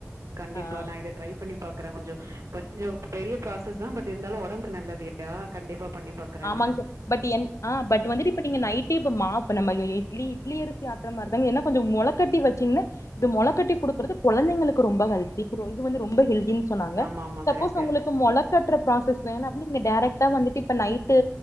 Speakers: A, on the right; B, on the left.
A: கண்டிப்பா
B: ஆ
A: நான் இதை ட்ரை பண்ணி பாக்குறேன் கொஞ்சம் கொஞ்ச பெரிய ப்ராசஸ் தான் பட் இருந்தாலும் உடம்புக்கு நல்லது இல்லையா கண்டிப்பா பண்ணி பாக்குறே
B: ஆமாங்க
A: நானு
B: சிஸ் பட் என் பட் வந்துட்டு இப்ப நீங்க நைட்டே இப்ப மாவு நம்ம இட்லி இட்லி அரிசி ஆட்ற மாதிரி தான் என்ன கொஞ்சம் முளை கட்டி வச்சிங்னா இந்த முளைகட்டி குடுக்றது கொழந்தைங்களுக்கு ரொம்ப ஹெல்த்தி இது வந்து ரொம்ப ஹெல்த்தி சொன்னாங்க
A: ஆமா ஆமா
B: சப்போஸ்
A: கரெக்ட்டு
B: உங்களுக்கு மொளை கட்ற ப்ராசஸ் வேணா அப்டினா டரக்ட் அத்தான் வந்துட்டு நைட் வந்து